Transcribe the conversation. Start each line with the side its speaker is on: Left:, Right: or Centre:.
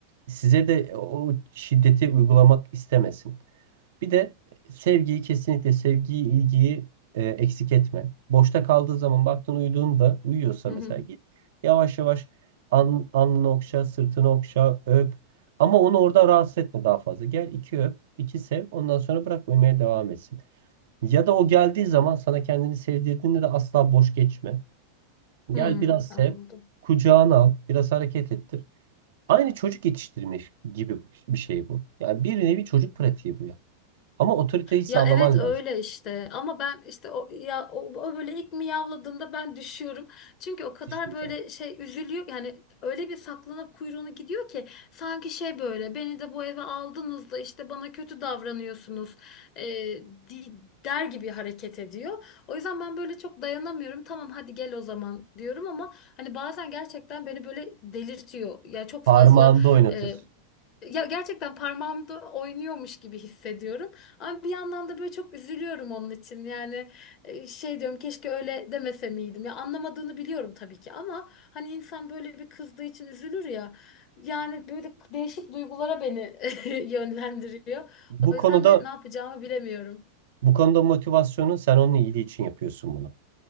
Right: size de o şiddeti uygulamak istemesin. Bir de sevgiyi kesinlikle sevgiyi, ilgiyi e, eksik etme. Boşta kaldığı zaman baktın uyuduğunda uyuyorsa
Left: Hı
Right: mesela
Left: hı.
Right: git yavaş yavaş an, alnını okşa, sırtını okşa, öp. Ama onu orada rahatsız etme daha fazla. Gel iki öp, iki sev. Ondan sonra bırak uyumaya devam etsin. Ya da o geldiği zaman sana kendini sevdirdiğinde de asla boş geçme.
Left: Hmm,
Right: Gel biraz
Left: anladım.
Right: sev, kucağına al, biraz hareket ettir. Aynı çocuk yetiştirme gibi bir şey bu. Yani bir nevi çocuk pratiği bu ya. Ama otoriteyi sağlaman
Left: Ya evet öyle
Right: lazım.
Left: işte ama ben işte o ya o, o böyle ilk miyavladığında ben düşüyorum. Çünkü o kadar
Right: Yetişmeyeceksin.
Left: böyle şey üzülüyor yani öyle bir saklanıp kuyruğunu gidiyor ki sanki şey böyle beni de bu eve aldınız da işte bana kötü davranıyorsunuz e, di- der gibi hareket ediyor. O yüzden ben böyle çok dayanamıyorum. Tamam hadi gel o zaman diyorum ama hani bazen gerçekten beni böyle delirtiyor. Ya çok
Right: Parmağında
Left: fazla
Right: oynatır.
Left: e, Ya gerçekten parmağımda oynuyormuş gibi hissediyorum. Ama bir yandan da böyle çok üzülüyorum onun için. Yani e, şey diyorum keşke öyle demese miydim. Ya anlamadığını biliyorum tabii ki ama hani insan böyle bir kızdığı için üzülür ya. Yani böyle değişik duygulara beni <laughs> yönlendiriyor.
Right: Bu
Left: O yüzden
Right: konuda
Left: de ne yapacağımı bilemiyorum.
Right: bu konuda motivasyonu sen onun iyiliği için yapıyorsun bunu.